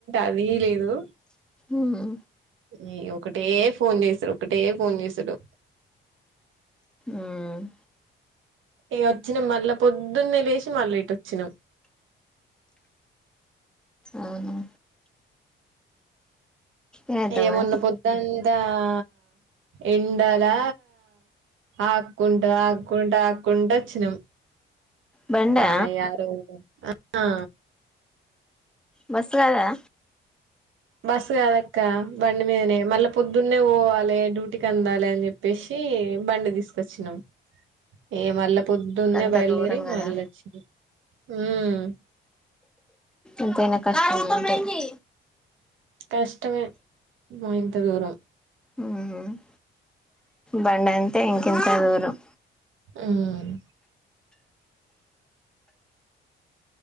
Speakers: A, on the right (about 80°); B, in the centre.
A: అది లేదు
B: ఉమ్
A: నయ్య ఒకటే ఫోన్ చేసుడు ఒకటే ఫోన్ చేసుడు
B: ఉమ్
A: ఏ అచ్చినం మళ్ళ పొద్దున్న లేసి మళ్ళీ ఇటోచ్చినం
B: అవునా ఏమైతాం
A: ఏమొన్న
B: అయితే
A: పొద్దాంతా ఆ ఎండలా ఆక్కుంటా ఆక్కుంటా ఆక్కుంటా వచ్చినం
B: బండా
A: ఆ యారో <inaudible> ఆ ఆ
B: బస్ కాదా
A: బస్ కాదక్క బండి మీదనే మళ్ళా పొద్దున్నే పోవాలి డ్యూటీకి అందాలె అని చెప్పేసి బండి తీసుకొచ్చినాం ఏ మళ్ళా పొద్దున్నే
B: గంత
A: బయలుదేరి
B: దూరం కదా
A: మళ్ళ వచ్చిన ఉమ్మ్
B: ఎంతైనా కష్టం ఉంటాయి
A: కష్టమే మయ్ త దూరం
B: ఉమ్మ్ బండంతే ఇంకింత దూరం
A: ఉమ్మ్